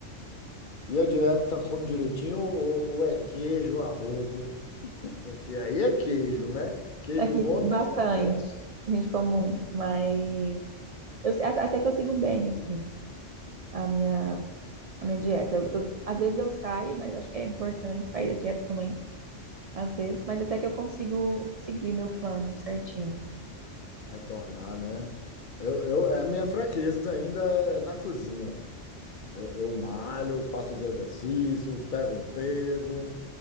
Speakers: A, on the left; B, on the right.
A: E a dieta come direitinho ou, ou é queijo a rodo? Porque aí é queijo, né? Queijo
B: Aqui,
A: bom
B: bastante.
A: tá, né?
B: A gente come muito, mas eu, a- até que eu sigo bem, assim, a minha, a minha dieta. Eu- eu- às vezes eu saio, mas acho que é importante sair da dieta também, às vezes, mas até que eu consigo seguir meu plano certinho.
A: Retornar, né? Eu, eu, é a minha fraqueza ainda é na cozinha. Eu, eu malho, faço os exercícios, pego um peso,